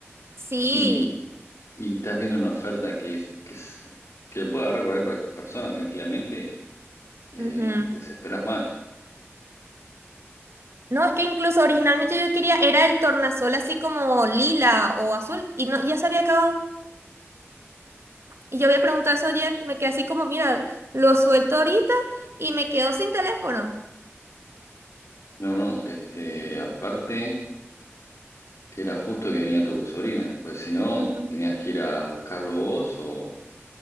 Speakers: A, on the right; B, on the left.
A: Sí.
B: Y, y estás viendo una oferta que es, que es, que lo puede agarrar cualquier per- persona tranquilamente, eh,
A: ujú.
B: te desesperas más.
A: No, es que incluso originalmente yo quería, era el tornasol así como lila o azul y no, ya se había acabado. Y yo había preguntado eso ayer, me quedé así como, mira, lo suelto ahorita y me quedo sin teléfono.
B: No, no, este, aparte era justo que venía tu sobrina, pues si no,
A: Ujú.
B: tenías que ir a buscarlo vos o,